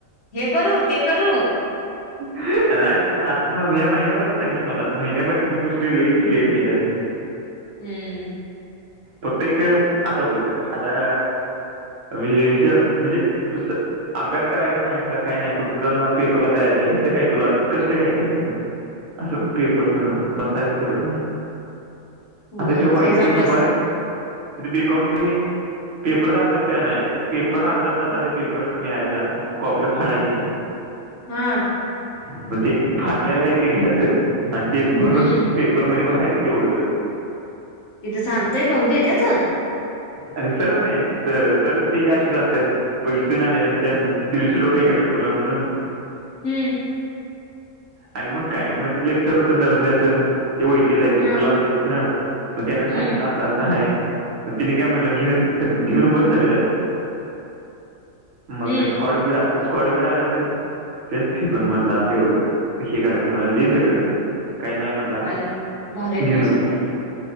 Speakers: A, on the left; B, on the right.
A: हे करू ते करू.
B: नाही नाही आता म या्या महिन्याभरात सांग की मला आता महिन्याभरात मी गोष्टी ल क्लिअर केल्या.
A: हम्म.
B: फक्त एक आता बघ आता बी ए सी म्हणजे अस. अभ्यास करायचा नाही का काय नाही फक्त जाऊन पेपरला द्यायचं इथे काय तुला कष्ट काय आहे इथ. असं पेपरला जाऊ बसायचं तेवढं आहे
A: होय
B: आता ते व्हाय
A: खरेच
B: सी एम,
A: अभ्यास
B: इथ बी कॉ पेपरचा अभ्यास काय नाही पेपर अर्धा तास आधी पेपर मिळायचा मग कॉप्या पाडायच्या.
A: हां.
B: मग ते फाडल्याला आहे ते घ्यायचं आणि ते भरून
A: हम्म.
B: पेपरमध्येध्ये भरायचं तेवढं
A: तिथं चालतंय बघू देत्यात.
B: अ सर मेन सर ते काय अशीच असत्यात. पैसे देऊन आलेले त्यानं दीडशे रुपये का पेपरला म्हणून
A: हम्म.
B: आणि मग काय मग तिथलं एक सर होतं नरंदेच ते ओळखीच आहेत
A: हा.
B: क्लर्काचे मग त्याना सांगितलं
A: हम्म.
B: असं असं आहे. मग तिने काय म्हटलं घेऊन सग घेऊन बस सगळ मग
A: हम्म.
B: स्कॉडबिड स्कॉडबिड आला ना तेच फिकून म्हटलं तेवढंच हे करायचं म्हटलं सगळं काही नाही म्हणला
A: बाई भारी आहे की
B: घेऊन
A: रे सत्या.
B: बस.